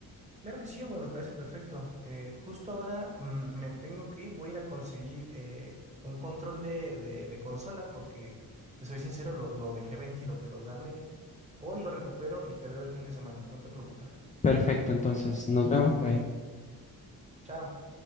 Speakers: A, on the right; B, on the left.
A: Claro que sí, güey, me parece perfecto. Eh, justo ahora mm, me tengo que ir, voy a ir a conseguir eh, un control de, de- de consola porque, te soy sincero, lo, lo dejé <laughs> vendido, pero dame, hoy lo recupero y te veo el fin de semana, no te preocupes.
B: Perfecto, entonces nos vemos por ahí.
A: Chao.